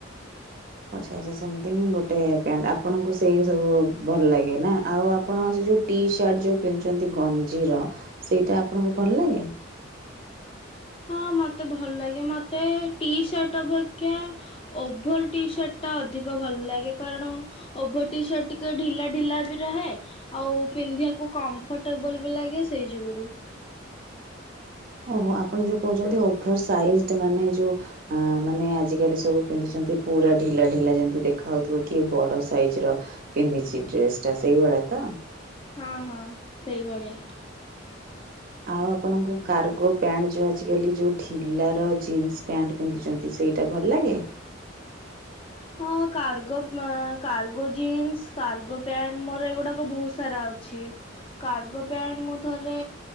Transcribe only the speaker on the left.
ହଁ ମତେ ଭଲ ଲାଗେ ମତେ ଟିସାର୍ଟ ଅପେକ୍ଷା ଓଭର ଟି ସାର୍ଟଟା ଅଧିକ ଭଲ ଲାଗେ। କାରଣ ଓଭର ଟିସାର୍ଟ ଟିକେ ଢିଲା ଢିଲା ବି ରହେ। ଆଉ ପିନ୍ଧିବାକୁ କମ୍ଫର୍ଟେବଲ ବି ଲାଗେ ସେଇ ଯୋଗୁରୁ।
ହଁ ହଁ ସେଇଭଳିଆ।
ହଁ କାର୍ଗୋ ମାଁ କାର୍ଗୋ ଜିନ୍ସ କାର୍ଗୋ ପ୍ୟାଣ୍ଟ୍ ମୋର ଏଇଗୁଡାକ ବହୁତ ସାରା ଅଛି। କାର୍ଗୋ ପ୍ୟାଣ୍ଟ୍ ମୁଁ ଥରେ